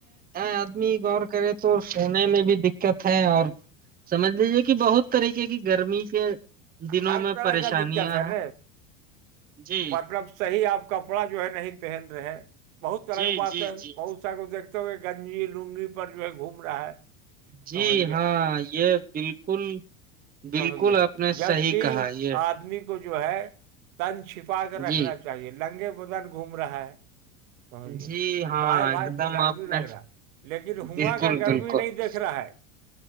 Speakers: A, on the right; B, on the right.
A: آدمی غور کرے تو سونے میں بھی دقت ہے اور سمجھ لیجیے کہ بہت طریقے کی گرمی کے دنوں
B: ہر
A: میں
B: طرح
A: پریشانیاں
B: کا دقت ہے
A: ہیں
B: ن
A: جی
B: مطلب صحیح آپ کپڑا جو ہے نہیں پہن رہے ہیں بہت طرح
A: جی
B: کی
A: جی
B: بات ہے
A: جی جی
B: بہت س کو دیکتے ہو گنجی لنگی پر جو ہے گھوم رہا ہے
A: جی
B: سمجھ گئے
A: ہاں یہ بالکل بالکل
B: سمجھ گ
A: آپ نے صحیح
B: جبکہ
A: کہا یہ
B: آدمی کو جو ہے تن چھپا کر رکھنا
A: جی
B: چاہیے لنگے بدن گھوم رہا ہے سمج گئے
A: جی ہاں
B: تو آئے بھائی
A: ایک
B: تو
A: دم
B: گھر
A: آپ
B: بھی لگ
A: نے
B: رہا لیکن ہوواں
A: بالکل
B: کا گرمی
A: بالکل
B: نہیں دیکھ رہا ہے